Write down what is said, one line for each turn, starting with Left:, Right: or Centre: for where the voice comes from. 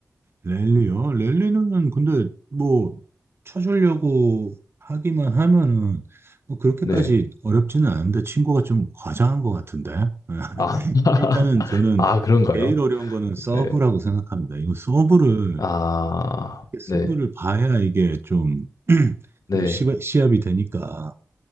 Right: 랠리요? 랠리는 근데 뭐, 쳐주려고 하기만 하면은, 뭐 그렇게까지
Left: 네.
Right: 어렵지는 않은데, 친구가 좀 과장한 것 같은데. <laughs>
Left: 아, <laughs>
Right: 일단은 저는
Left: 아, 그런가요?
Right: 제일 어려운 거는 서브라고
Left: 네.
Right: 생각합니다. 이거 서브를
Left: 아,
Right: 승부를
Left: 네.
Right: 봐야 이게 좀 <clears throat>
Left: 네.
Right: 그래도 시바, 시합이 되니까